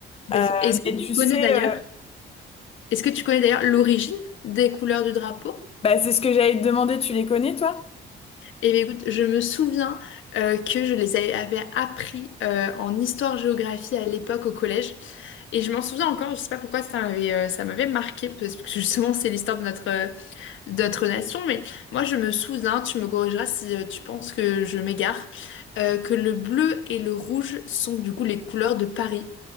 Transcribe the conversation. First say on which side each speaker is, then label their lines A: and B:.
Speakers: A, on the left (about 75°); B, on the left (about 30°).
A: Est-ce
B: Euh,
A: que
B: mais tu
A: tu
B: sais,
A: connais d'ailleurs?
B: euh,
A: Est-ce que tu connais d'ailleurs l'origine des couleurs du drapeau?
B: bah, c'est ce que j'allais te demander, tu les connais, toi?
A: Eh bien, écoute, je me souviens euh, que je les avais avais appris euh, en histoire-géographie à l'époque au collège. Et je m'en souviens encore, je sais pas pourquoi ça m'avait euh, ça m'avait marqué, parce que justement, c'est l'histoire de notre, euh, de notre nation. Mais moi, je me souviens, tu me corrigeras si euh, tu penses que je m'égare, euh, que le bleu et le rouge sont du coup les couleurs de Paris,